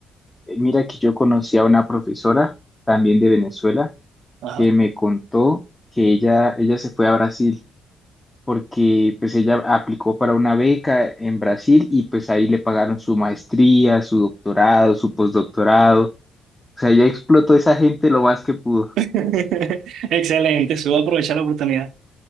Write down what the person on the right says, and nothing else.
Ajá.
<laughs> Excelente, subo a aprovechar la oportunidad.